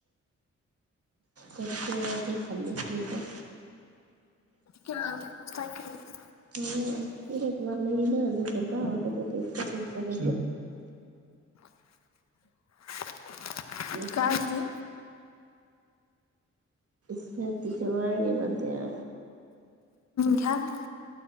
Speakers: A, on the right; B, on the left.
A: कच ते खालीच नाही तर
B: काय म्हणते?
A: हम्म <unintelligible> च मला नाही इना कोण रा वाटत हो इतक चाल
B: <inaudible>
A: इ <unintelligible>
B: काय ते?
A: शर्दी च मारग बणते <unintelligible>
B: घ्याना.